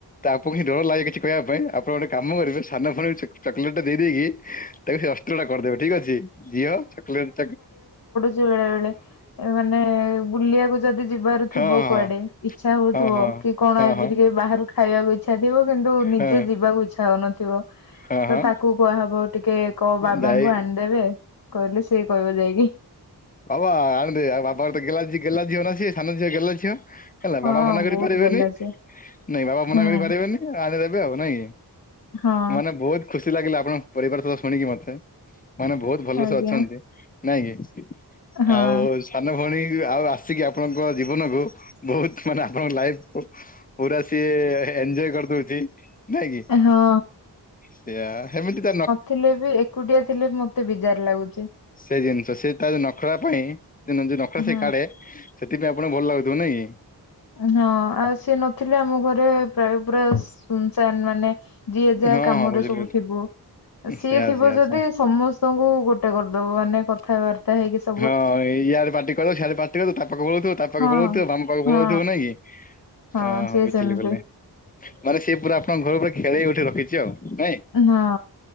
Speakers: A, on the left; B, on the left.
A: ତାପଣହି ଡର ଲାଗେ କିଛି କହିବା ପାଇଁ ଆପଣ ଗୋଟେ କାମ କରିବେ ସାନ ଭଉଣୀଙ୍କୁ ଚକୋଲେଟେ ଦେଇଦେଇକି ତାକୁ ସେ ଅସ୍ତ୍ରଟା କରିଦେବେ ଠିକ୍ ଅଛି ଝିଅ ଚକଲେଟ୍
B: ଯେ ବେଳେବେଳେ ଏ ମାନେ ବୁଲିବାକୁ ଯଦି ଯିବାର ଥିବ
A: ହଁ
B: କୁଆଡ଼େ
A: ହଁ
B: ଇଚ୍ଛା ହଉଥିବ
A: ହଁ ହଁ।
B: କି କଣ
A: ହଁ
B: ଆଜି
A: ହଁ
B: ଟିକେ ବାହାରୁ ଖାଇବାକୁ ଇଚ୍ଛା ଥିବ କିନ୍ତୁ ନିଜେ
A: ହଁ
B: ଯିବାକୁ ଇଚ୍ଛା ହଉନଥିବ
A: ହଁ ହଁ
B: ତତାକୁ କୁହାହବ ଟିକେ କୋ ବାବାଙ୍କୁ
A: ଯାଇ
B: ଆଣିଦେବେ କହିଲେ ସିଏ କହିବ ଯାଇକି।
A: ବାବା ଆଣିଦେ ଆଉ ବାପାଙ୍କ ତଗେହ୍ଲା ଝିଅନା ସିଏ ସାନ ଝିଅ ଗେହ୍ଲା ଝିଅ ହେଲା
B: ହଁ
A: ବାବା ମନା କରି
B: ବହୁତ
A: ପାରିବେନି
B: ଗେହ୍ଲା ସିଏ
A: ନାଇଁ ବାବା ମନା
B: ହୁଁ
A: କରି ପାରିବେନି। ଆଣିଦେବେ ଆଉ ନାଇଁ
B: ହଁ
A: ମାନେ ବହୁତ୍ ଖୁସି ଲାଗିଲା ଆପଣଙ୍କ ପରିବାର ସହିତ ଶୁଣିକି ମତେ। ମାନେ ବହୁତ୍ ଭଲସେ
B: ଆଜ୍ଞା
A: ଅଛନ୍ତି ନାଇଁକି
B: ହଁ।
A: ଆଉ ସାନ ଭଉଣୀ ଆଉ ଆସିକି ଆପଣଙ୍କ ଜୀବନକୁ ବହୁତ୍ ମାନେ ଆପଣଙ୍କ ଲାଇଫ୍କୁ ପୁରା ସିଏ ଏନଞ୍ଜୟ କରି ଦଉଚି। ନାଇଁକି
B: ହଁ
A: ସେୟା ହେମିତିତ ନ
B: ଥିଲେବି ଏକୁଟିଆ ଥିଲେବି ମତେ ବିଜାର ଲାଗୁଚି।
A: ସେଜିନିଷ ସେତା ନଖରା ପାଇଁ ଯୋଉ ନଖରା
B: ହଁ
A: ସେ କାଢେ ସେଥିପାଇଁ ଆପଣଙ୍କୁ ଭଲ ଲାଗୁଥିବ ନାଇଁକି?
B: ହଁ ଆଉ ସିଏ ନଥିଲେ ଆମ ଘରେ ପ୍ରାୟ ପୁରା ସୁନସାନ୍ ମାନେ ଯିଏ ଯାହା
A: କି ହଁ
B: କାମରେ
A: ହଁ ବୁଝିଲି
B: ସବୁ
A: ବୁଝିଲି।
B: ଥିବ ଆସିଏ
A: ସେୟା
B: ଥିବ
A: ସେୟା
B: ଯଦି
A: ସେୟା।
B: ସମସ୍ତ ଙ୍କୁ ଗୋଟେ କରିଦବ ମାନେ କ କଥା ବାର୍ତ୍ତା ହେଇକି ସ
A: ହଁ ଇଆଡ଼େ ପାଟି କଲେ ସଆଡ଼େ ପାଟି କଲେ ତା ପାଖକୁ ପଳଉଥିବ ତା ପାଖକୁ
B: ହଁ
A: ପଳଉଥିବ ମା ପଳଉଥିବ
B: ହଁ
A: ନାଇଁକି
B: ହଁ
A: ଆଁ
B: ସିଏ
A: ବୁଝିଲି
B: ସେମିତି
A: ବଲେ। ମାନେ ସେପୁରା ଆପଣଙ୍କ ଘରକୁ ଖେଳେଇ ଉଠେଇ ରଖିଚି ଆଉ ନାଇଁ।
B: ହଁ।